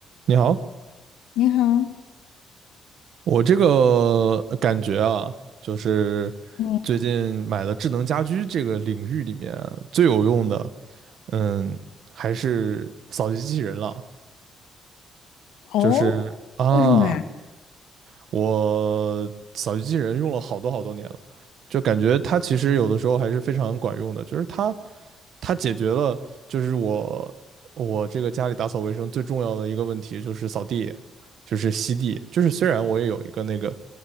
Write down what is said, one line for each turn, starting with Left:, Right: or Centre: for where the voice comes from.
Right: 你好，
Left: 你好，
Right: 我这个呃感觉啊，就是最近买的智能家居这个领域里面啊最有用的，
Left: 嗯，
Right: 嗯，还是扫地机器人了。
Left: 哦，
Right: 就是啊，
Left: 为什么呀？
Right: 我扫地机器人用了好多好多年了，就感觉它其实有的时候还是非常管用的，就是它它解决了就是我我这个家里打扫卫生最重要的一个问题就是扫地，就是吸地，就是虽然我也有一个那个